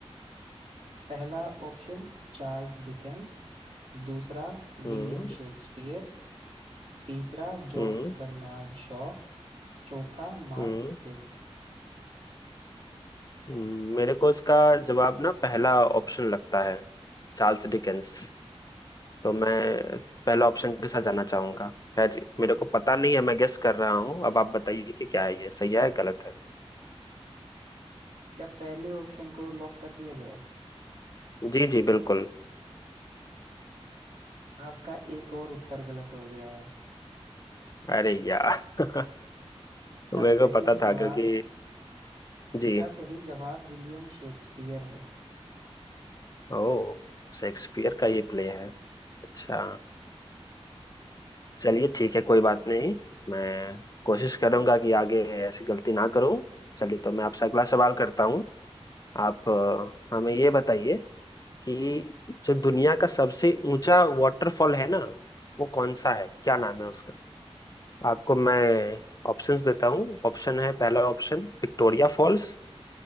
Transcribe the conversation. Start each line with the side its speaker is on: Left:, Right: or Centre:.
Right: पहला ऑप्शन चार्ल्स डिकेंस दूसरा
Left: हम्म
Right: विलियम शेक्सपियर तीसरा जॉर्ज
Left: हम्म
Right: बर्नार्ड शॉ चौथा मार्क
Left: हम्म
Right: ट्वेन
Left: हम्म, मेरे को इसका जवाब ना पहला ऑप्शन लगता है चार्ल्स डिकेंस तो मैं पहला ऑप्शन के साथ जाना चाहूंगा खैर मेरे को पता नहीं है मैं गेस कर रहा हूँ अब आप बताइए कि क्या है ये सही है गलत है
Right: क्या पहले ऑप्शन को लॉक कर दिया जाए
Left: जी जी बिल्कुल
Right: आपका एक और उत्तर गलत हो गया है
Left: अरे यार <laughs>
Right: इसका
Left: मेरे
Right: सही
Left: को पता
Right: जवाब
Left: था क्योंकि
Right: इसका
Left: जी
Right: सही जवाब विलियम शेक्सपियर है
Left: ओ शेक्सपियर का ये प्ले है अच्छा चलिए ठीक है कोई बात नहीं मैं कोशिश करूंगा कि आगे ऐसी गलती ना करूं चलिए तो मैं आपसे अगला सवाल करता हूं आप अ, हमें ये बताइए कि जो दुनिया का सबसे ऊंचा वाटरफॉल है ना वो कौन सा है क्या नाम है उसका आपको मैं ऑप्शंस देता हूँ ऑप्शन है पहला ऑप्शन विक्टोरिया फॉल्स